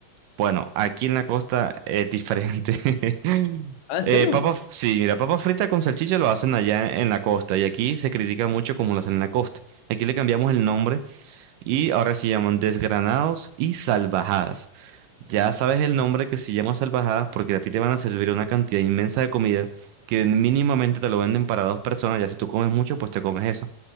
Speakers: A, on the right (about 80°); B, on the left (about 70°).
A: Bueno, aquí en la costa es diferente. <laughs>
B: Ah, ¿en
A: Eh,
B: serio?
A: papa, sí, mira, papa frita con salchicha lo hacen allá en la costa y aquí se critica mucho como lo hacen en la costa. Aquí le cambiamos el nombre Y ahora se llaman desgranados y salvajadas. Ya
B: Discre-
A: sabes el nombre que se llama salvajadas porque a ti te van a servir una cantidad inmensa de comida que mínimamente te lo venden para dos personas. Ya si tú comes mucho, pues te comes eso.